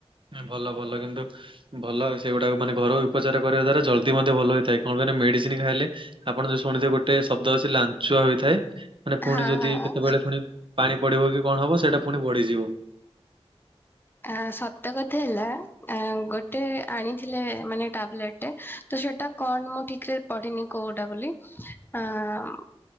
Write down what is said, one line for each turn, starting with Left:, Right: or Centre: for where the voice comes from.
Right: ନା ଭଲ ଭଲ କିନ୍ତୁ ଭଲ ସେଗୁଡ଼ାକ ମାନେ ଘରୋଇ ଉପଚାର କରିବା ଦ୍ୱାରା ଜଲ୍ଦି ମଧ୍ୟ ଭଲ ହେଇଥାଏ କଣ କହିଲେ ମେଡିସିନ ଖାଇଲେ ଆପଣ ଯୋଉ ଶୁଣିଥିବେ ଗୋଟେ ଶବ୍ଦ ଅଛି ଲାଞ୍ଚୁଆ ହୋଇଥାଏ, ମାନେ ପୁଣି
Left: ହଁ
Right: ଯଦି କେତେବେଳେ ପୁଣି ପାଣି ପଡିବ କି କଣ ହବ ସେଇଟା ପୁଣି ବଢିଯିବ।
Left: ଆଁ ସତ କଥା ହେଲା ଆଁ ଗୋଟେ ଆଣିଥିଲେ ମାନେ ଟାବଲେଟ୍ ଟେ ତ ସେଟା କଣ ମୁଁ ଠିକରେ ପଢିନି କୋଉଟା ବୋଲି ଆଁ